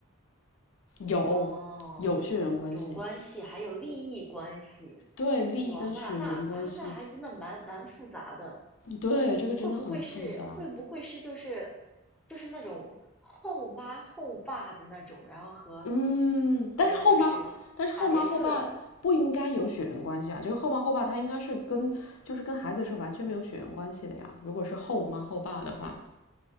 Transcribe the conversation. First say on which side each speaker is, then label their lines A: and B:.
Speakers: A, on the left; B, in the centre.
A: 有有血缘关系，
B: 哦，有关系，还有利益关系。
A: 对，利益跟血缘关系，
B: 哇，那那啊，那还真的蛮蛮复杂的。
A: 对，这个真的很复杂。
B: 会不会是会不会是就是就是那种后妈后爸的那种，然后和
A: 嗯，
B: 和就是孩子，
A: 但是后妈，但是后妈后爸不应该有血缘关系啊，就是后妈后爸他应该是跟就是跟孩子是完全没有血缘关系的呀。如果是后妈后爸的话，